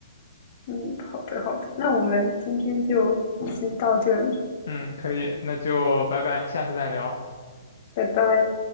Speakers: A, on the left (about 30°); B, on the left (about 65°).
A: 嗯，好的好的，那我们今天就先到这里，
B: 嗯，可以，那就拜拜，下次再聊。
A: 拜拜。